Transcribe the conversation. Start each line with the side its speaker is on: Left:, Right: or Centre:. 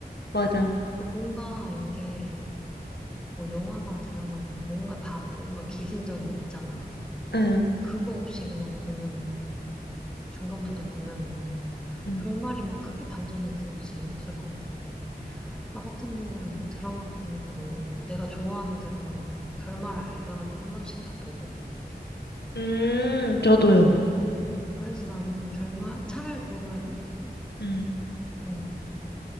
Left: 맞아.
Centre: 그러니까 뭔가 이게 뭐 영화나 드라마는 뭔가 다 뭔가 기승전이 있잖아.
Left: 응.
Centre: 근데 그거 없이 그냥 보면은, 중간부터 보면은
Left: 음.
Centre: 결말이 막 크게 반전이 있어도 재미없을 것 같은데. 나 같은 경우에 뭐 드라마 같은 것도 내가 좋아하는 드라마면 결말을 알더라도 한 번씩 더 보거든.
Left: 음, 저도요.
Centre: 음. 그래서 나는 결말, 차라리 고르라면?
Left: 음.
Centre: 음.